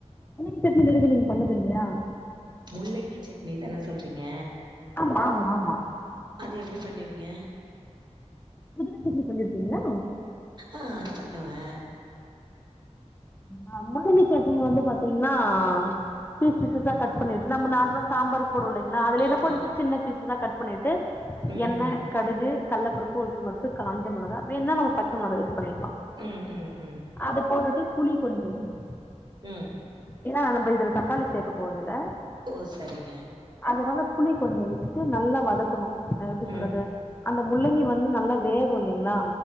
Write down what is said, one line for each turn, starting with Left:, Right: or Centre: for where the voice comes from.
Left: முள்ளங்கி சட்னி இதுவரைக்கு நீங்க பண்ணதுல்லையா
Right: முள்ளங்கி சட்னிதன சொல்றீங்க
Left: ஆம்மா ஆம்மா ஆம்மா
Right: அது எப்டி பண்ணுவீங்க
Left: <unintelligible> சட்னி பண்ணிர்க்கீங்ளா
Right: ஆ அதுபண்ணுவே
Left: ஆ முள்ளங்கி சட்னி வந்து பாத்தீங்ன்னா பீஸ் பீசஸ்ஸா கட் பண்ணிட்டு நம்ம நார்மலா சாம்பாரு க்கு போடுவோல்லிங்ளா அதுலயேன்ன
Right: ஆமா
Left: கொஞ்ச சின்ன பீஸ்தா கட் பண்ணிட்டு
Right: ம்
Left: எண்ண
Right: ம்
Left: கடுகு கல்லபருப்பு உளுத்தம்பருப்பு காஞ்சமிளகா வேண்ணா நம்ம பச்சமிளகா யூஸ் பண்ணிக்கலா
Right: ம் ம் ம்
Left: அது போட்டுட்டு புளி கொஞ்சொ ஊத்துனு
Right: உம்
Left: ஏனா நம்பஇதுல தக்காளி சேக்க போறதுல்ல
Right: ஓ சரிங்க
Left: அதனால புளி கொஞ்சொ வெச்சு நல்லாவதக்குணு எப்டி சொல்றது
Right: ம்
Left: அந்த முள்ளங்கி வந்து நல்லா வேகு இல்லிங்ளா